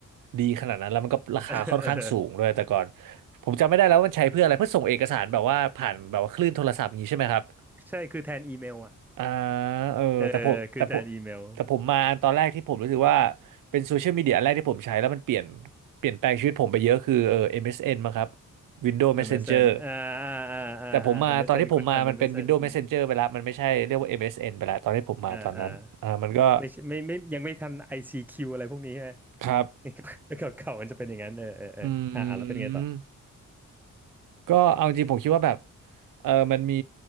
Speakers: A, on the right; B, in the centre.
A: ดีขนาดนั้นแล้วมันก็ราคาค่อนข้างสูงด้วยแต่ก่อน
B: เออเออ
A: ผมจำไม่ได้แล้วมันใช้เพื่ออะไรเพื่อส่งเอกสารแบบว่าผ่านแบบว่าคลื่นโทรศัพท์อย่างนี้ใช่ไหมครับ
B: <laughs> ใช่คือแทนอีเมลอ่ะ
A: อ่าเออแต่ผมแต่ผม
B: เออคือแทนอีเมล
A: แต่ผมมาอันตอนแรกที่ผมรู้สึกว่า เป็นโซเชียลมีเดียอันแรกที่ผมใช้แล้วมันเปลี่ยน เปลี่ยนแปลงชีวิตผมไปเยอะคือเออ MSN มเอสเอ็นมั้งครับ Windows
B: MSN
A: Messenger
B: อมเอสเอ็นอ่าอ่าอ่าอ่าอ่า
A: แต่ผมมาตอนที่ผมมามันเป็น
B: m s นคุณทัน m ม n อสเอ็นอืม
A: Windows Messenger ไปแล้วมันไม่ใช่เรียกว่า MSN ไปแล้วตอนที่ผมมาตอนนั้นอ่ามันก็
B: อ่าอ่าไม่ใช่ไม่ไม่ยังไม่ทัน ICQ อซีคิวอะไรพวกนี้ใช่ไหม
A: ครับ
B: <laughs> เก่าเก่ามันจะเป็นอย่างนั้นเออเออเอออ่าอ่าแล้วเป็นไงต่อ
A: อืม ก็เอาจริงผมคิดว่าแบบเออมันมี